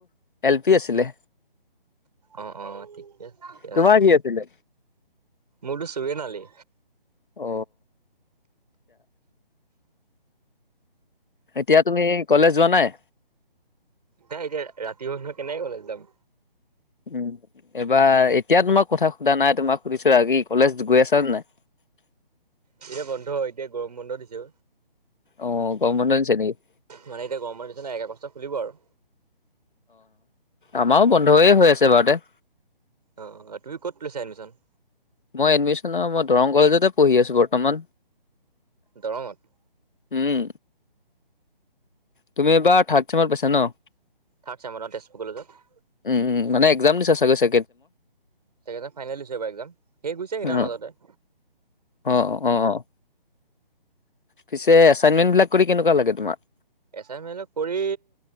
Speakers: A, on the left; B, on the right.
A: এল পি আছিলে।
B: অ অ ঠিকে আছে ঠিকে
A: তোমাৰ
B: আছে।
A: কি আছিলে?
B: মোৰতো চুৱেন আলি
A: অ এতিয়া তুমি কলেজ যোৱা নাই।
B: নাই এতিয়া ৰাতিপুৱ নহয় কেনেকে কলেজ যাম।
A: উম এইবাৰ এতিয়া তোমাক কথা সোধা নাই তোমাক সুধিছো আৰুি কলেজ গৈ আছানে নাই- <unintelligible>
B: এতিয়া বন্ধ এতিয়া গৰম বন্ধ দিছে।
A: অ গম বন্ধ দিছে নেকি-
B: মানে এতিয়া গৰমৰ খুলিব আৰু
A: আমাও বন্ধয় হৈ আছে বাৰুতে-
B: অঁ তুমি ক'ত লৈছা এডমিশ্যন-
A: মই এডমিশ্যন ল মই দৰং কলেজতে পঢ়ি আছো বৰ্তমান-
B: দৰঙত-
A: উম তুমি এইবাৰ থাৰ্ড চেমত পাইছা ন-
B: থাৰ্ড চিয়েমৰ তেজপুৰ কলেজত-
A: উম, উম, মানে এক্জাম দিছা চাগৈ ছে
B: সেইকেইটা ফাইনেল দিছে পাই এক্জাম সেই কোইছে
A: অ',
B: মাজতে-
A: অ অ অ, পিছে এচাইনমেন্ট বিলাক কৰি কেনেকুৱা লাগে তোমাৰ
B: এচাইনমেন্ট কৰি